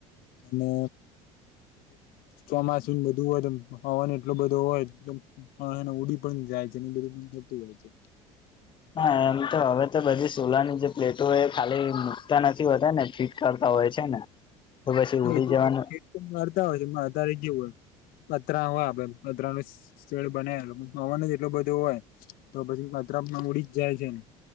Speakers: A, on the left (about 65°); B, on the left (about 30°).
A: અને ચોમાસું બધું હોય હવન એટલો બધો હોય ઉડી પણ જાય છે બધું પણું હોય છે
B: હા હવે તો બધી સોલરની જે પ્લેટો હોય ખાલી મૂકતા નથી હોતા ને ફિટ કરતા હોય છે ને તો પછી
A: હા
B: ઉડી
A: એ તો
B: જવાનું
A: કરરતા હોય છે અતારે જેવું હોય પતરા હોય આપડે પતરા ન સ્થળ બનેલ પવન જ એટલું બધું હોય તો પછી માત્રામાં ઉડી જાય છે ને